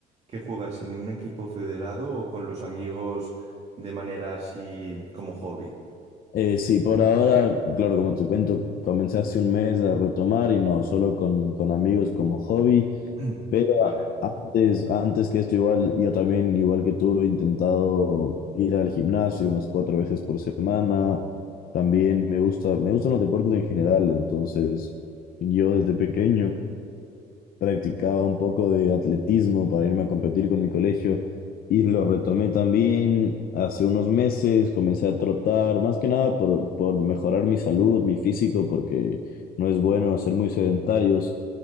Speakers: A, on the right (about 40°); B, on the left (about 60°).
A: ¿Qué juegas? ¿En un equipo federado o con los amigos de manera así como hobby?
B: Eh, sí, por ahora, claro, como te cuento, comencé hace un mes a retomar y no, solo con, con amigos como hobby.
A: <clears throat>
B: Pero
A: Vale.
B: a- antes, antes que esto, igual, yo también, igual que tú, he intentado ir al gimnasio unas cuatro veces por semana. También me gusta, me gustan los deportes en general, entonces yo desde pequeño practicaba un poco de atletismo para irme a competir con mi colegio y lo retomé también hace unos meses, comencé a trotar, más que nada por, por mejorar mi salud, mi físico, porque no es bueno hacer muy sedentarios,